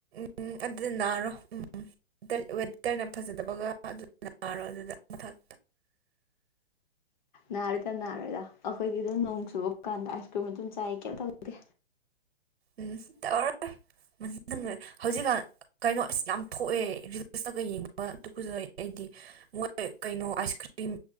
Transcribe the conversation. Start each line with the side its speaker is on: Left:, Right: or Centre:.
Right: ꯎꯝ ꯑꯗꯨꯗ ꯅꯥꯔꯣ ꯎꯝ ꯋꯦꯇꯔꯅ ꯐꯖꯗꯕꯒ ꯅꯥꯔꯣ ꯑꯗꯨꯗ ꯃꯊꯛ
Left: ꯅꯥꯔꯤꯣꯏꯗ ꯅꯥꯔꯣꯏꯗ ꯑꯩꯈꯣꯏꯗꯤ ꯑꯗꯨꯝ ꯅꯣꯡ ꯆꯨꯕ ꯀꯥꯟꯗ ꯑꯥꯏꯁ ꯀ꯭ꯔꯤꯝ ꯑꯗꯨꯝ ꯆꯥꯏꯌꯦ ꯀꯩꯝ ꯇꯧꯗꯦ
Right: ꯎꯝ ꯇꯧꯔ ꯑꯗꯨꯝ ꯍꯧꯖꯤꯛꯀꯥꯟ ꯀꯩꯅꯣ ꯑꯁ ꯌꯥꯝ ꯊꯣꯛꯑꯦ ꯔꯤꯜꯁꯇꯒ ꯌꯦꯡꯕ ꯑꯗꯨꯛ ꯑꯩꯗꯤ ꯃꯣꯏ ꯀꯩꯅꯣ ꯑꯥꯏꯁ ꯀ꯭ꯔꯤꯝ